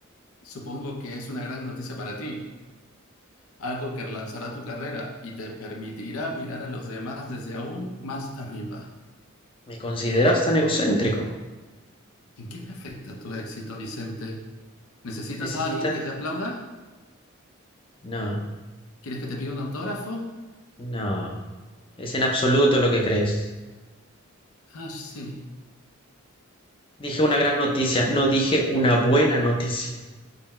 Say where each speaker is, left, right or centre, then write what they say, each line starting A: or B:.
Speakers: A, on the left; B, on the left.
A: Supongo que es una gran noticia para ti, algo que relanzará tu carrera y te permitirá mirar a los demás desde aún más arriba.
B: ¿Me consideras tan egocéntrico?
A: ¿En qué me afecta tu éxito, Vicente? ¿Necesitas
B: ¿Necesitas?
A: a alguien que te aplauda?
B: No,
A: ¿Quieres que te pida un autógrafo?
B: no. Es en absoluto lo que crees.
A: Ah, sí.
B: Dije una gran noticia, no dije una buena noticia.